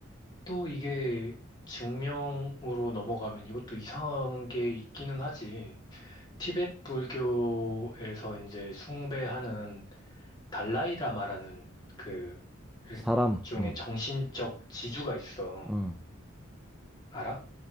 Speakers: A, on the left; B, in the centre.
A: 또 이게 증명으로 넘어가면 이것도 이상한 게 있기는 하지. 티베트 불교에서 이제 숭배하는 달라이라마라는 그
B: 사람.
A: 일종의
B: 음.
A: 정신적 지주가 있어.
B: 음.
A: 알아?